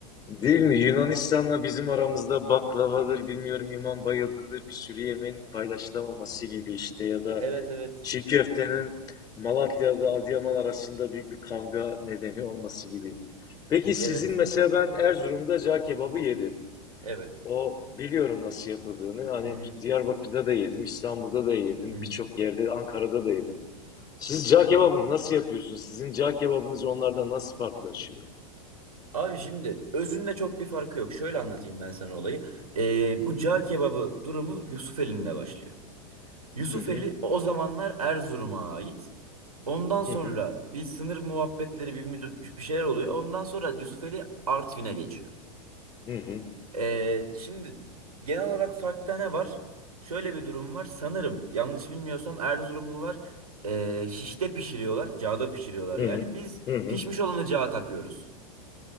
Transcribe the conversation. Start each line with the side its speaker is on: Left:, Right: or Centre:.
Left: Değil mi? Yunanistan'la bizim aramızda baklavadır, bilmiyorum imam bayıldıdır bir sürü yemeğin paylaşılamaması gibi işte ya da
Right: Evet evet.
Left: çiğ köftenin Malatya'da Adıyaman arasında büyük bir kavga nedeni olması gibi. Peki sizin
Right: Evet.
Left: mesela ben Erzurum'da cağ kebabı yedim.
Right: Evet.
Left: O biliyorum nasıl yapıldığını. Hani
Right: Hı hı.
Left: Diyarbakır'da da yedim, İstanbul'da da yedim,
Right: Hı hı.
Left: birçok yerde Ankara'da da yedim. Siz cağ kebabını nasıl yapıyorsunuz? Sizin cağ kebabınız onlardan nasıl farklılaşıyor?
Right: Abi şimdi özünde çok bir farkı yok. Şöyle anlatayım ben sana olayı. Ee, bu cağ kebabı durumu Yusufeli'nde başlıyor. Yusufeli
Left: Hı hı,
Right: o zamanlar Erzurum'a ait. Ondan sonra
Left: hı hı.
Right: bir sınır muhabbetleri bir, müdür- bir şeyler oluyor. Ondan sonra Yusufeli Artvin'e geçiyor.
Left: Hı hı.
Right: Ee, şimdi genel olarak farkta ne var? Şöyle bir durum var. Sanırım yanlış bilmiyorsam Erzurumlular ee, şişte pişiriyorlar. Cağda pişiriyorlar
Left: Hı
Right: yani.
Left: hı.
Right: Biz
Left: Hı hı.
Right: pişmiş olanı cağa takıyoruz.